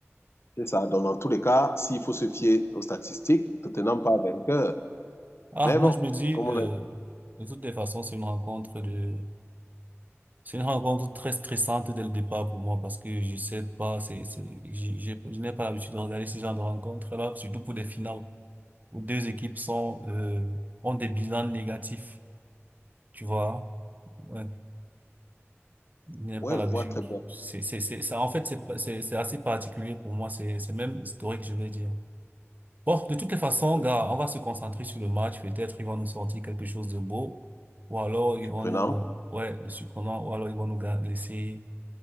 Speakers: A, on the left; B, on the right.
A: c'est ça. Donc, dans tous les cas, s'il faut se fier aux statistiques, Tottenham pas vainqueur.
B: Ah,
A: Mais
B: moi,
A: bon,
B: je me dis,
A: comme
B: euh,
A: on a
B: de toutes les façons, c'est une rencontre de, c'est une rencontre très stressante dès le départ pour moi parce que je sais pas, c'est, c'est, j'ai- j'ai- je n'ai pas l'habitude de regarder ce genre de rencontres-là, surtout pour des finales. où deux équipes sont, euh, ont des bilans négatifs, tu vois. Ouais, il n'y a
A: ouais,
B: pas l'habitude.
A: je vois très bien.
B: C'est, c'est, c'est, ça, en fait, c'est, pas- c'est, c'est assez particulier pour moi. C'est, c'est même historique, je vais dire. Bon, de toutes les façons,
A: Je
B: gars, on va se concentrer sur le match. Peut-être ils vont nous sortir quelque chose de beau. Ou alors ils
A: suis
B: vont
A: prenant.
B: nous, ouais, de surprenant. Ou alors ils vont nous ga- laisser,